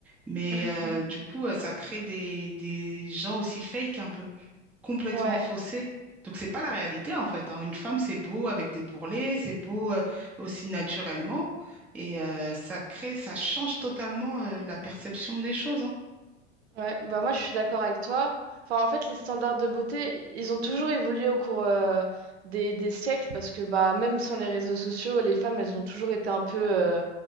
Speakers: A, in the centre; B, on the right.
A: Mais
B: <laughs>
A: euh, du coup, euh, ça crée des, des gens aussi fake un peu complètement
B: Ouais.
A: faussée. Donc, c'est pas la réalité, en fait, hein. Une femme, c'est beau avec des bourrelets, c'est beau euh, aussi naturellement. Et euh, ça crée, ça change totalement euh, la perception des choses, hein.
B: Ouais, bah moi je suis d'accord avec toi. Enfin, en fait, les standards de beauté, ils ont toujours évolué au cours euh, des, des siècles parce que bah même sans les réseaux sociaux, les femmes, elles ont toujours été un peu euh,